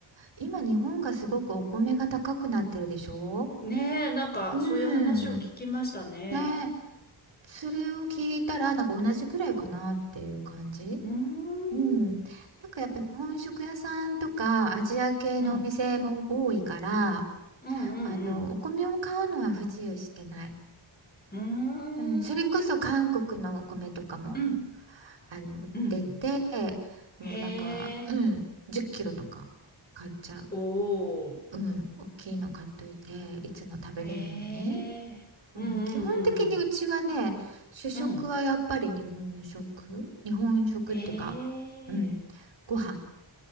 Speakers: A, on the right; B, on the left.
A: 今、日本がすごくお米が高くなってるでしょ
B: ねえなんかそういう話を聞きましたね
A: うん。ね、それを聞いたら、なんか同じくらいかなっていう感じ。
B: うーん
A: うん。なんかやっぱ日本食屋さんとかアジア系のお店も多いから、
B: うんうんうん
A: あの、お米を買うのは不自由してない。
B: うんうーん
A: うん、それこそ韓国のお米とかも
B: うん
A: あの売ってて
B: うんうん
A: もうなんか、
B: へえ
A: うん、10キロとか買っちゃう、
B: おおー
A: うん、大きいの買っといていつも食べれるように、
B: へえ。うんうんうん
A: うん、基本的にうちはね主食はやっぱり日本食日本食っていうか、
B: うん。うん。へ
A: うん、
B: え。
A: ご飯